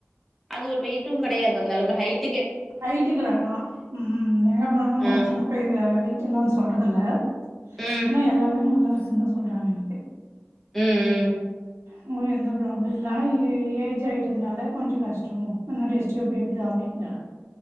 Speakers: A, in the centre; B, on the right.
A: அது ஒரு வெயிட்டும் கெடையாது து அந்த அளவுக்கு ஹைட்
B: வயட்டுக்கு வேணா ம் எங்க போனாலு டாக்டர்
A: ஆ
B: கூ வெயிட்டு எல்லா சொல்றது இல்ல
A: ம்
B: ஆனா எல்லாமே நல்லா இருக் குன்னு சொல்றாங்க எனக்கு
A: ம் ம்
B: உங்களுக்கு எந்த ப்ராப்ளம் இல்லன்னா ஏஜ் ஆயிட்டதுனால கொஞ்ச கஷ்டமு இன்னு டெஸ்டு பேபிதா <unintelligible>